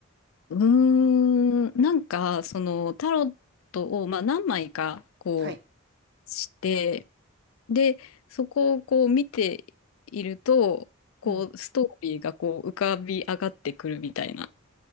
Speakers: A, on the left (about 80°); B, on the right (about 55°).
A: うーん、なんかそのタロットをまあ何枚かこ
B: はい。
A: うして、で、そこをこう見ていると、こう、
B: うん。
A: ストーリーがこう浮かび上がってくるみたいな